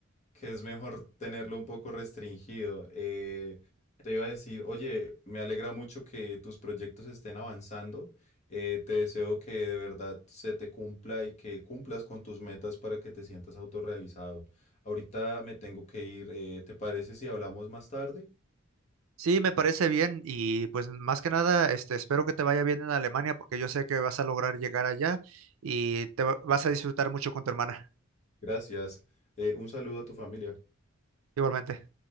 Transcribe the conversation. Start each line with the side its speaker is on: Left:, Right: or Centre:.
Left: que es mejor tenerlo un poco restringido. Eh, te iba a decir, oye, me alegra mucho que tus proyectos estén avanzando. Eh, te deseo que de verdad se te cumpla y que cumplas con tus metas para que te sientas autorrealizado. Ahorita me tengo que ir. eh, ¿te parece si hablamos más tarde?
Right: Sí, me parece bien y pues más que nada, este, espero que te vaya bien en Alemania, porque yo sé que vas a lograr llegar allá y te va- vas a disfrutar mucho con tu hermana.
Left: Gracias. Eh, un saludo a tu familia.
Right: Igualmente.